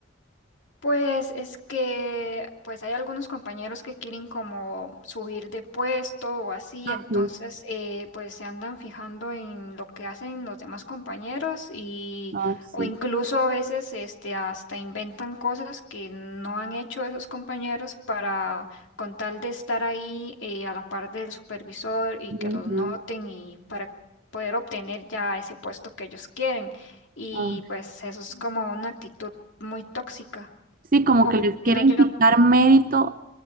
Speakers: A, on the left; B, on the right.
A: Pues es que pues hay algunos compañeros que quieren como subir de puesto o así,
B: Ujú.
A: entonces eh, pues se andan fijando en lo que hacen los demás compañeros y
B: Ah, sí.
A: o incluso a veces este hasta inventan cosas que no han hecho esos compañeros para con tal de estar ahí eh, a la par del supervisor y
B: Ujú.
A: que los noten y para poder obtener ya ese puesto que ellos quieren y
B: Ay,
A: pues eso es como una actitud muy tóxica
B: Sí, como
A: opino
B: que les quieren
A: yo.
B: quitar mérito